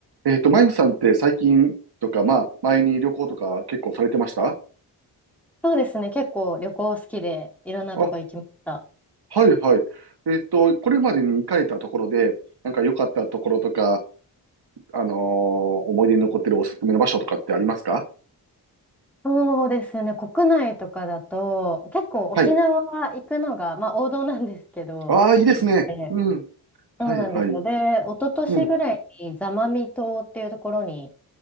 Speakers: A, on the right; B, in the centre.
A: えっと、マイフさんって最近とか、まあ、前に旅行とか結構されてました
B: そうですね。結構旅行好きでいろんなとこ行きました。
A: あ、はいはい。えっと、これまでに行かれたところで、なんか良かったところとか、あのー思い出に残ってるおすすめの場所とかってありますか
B: そうですね。国内とかだと結構沖縄行くのが、
A: はい。
B: まあ、王道なんですけど好きで。
A: ああ、いいですね。うん。
B: そうなんですよ。
A: はいはい。
B: で、一昨年ぐらいに座間味島っていうところに
A: うん。